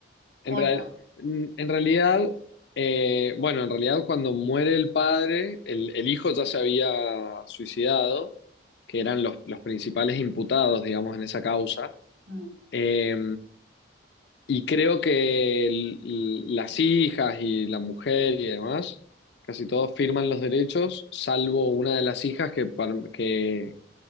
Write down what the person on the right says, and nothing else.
¿O
no?
Mm.